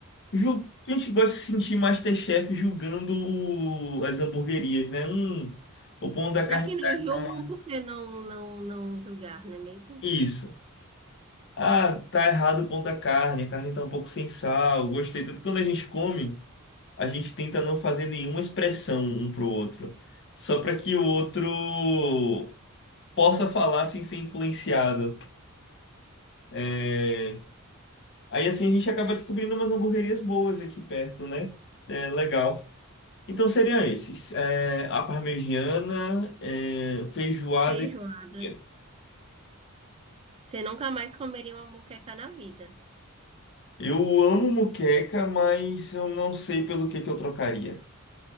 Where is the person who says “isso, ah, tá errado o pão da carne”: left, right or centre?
Left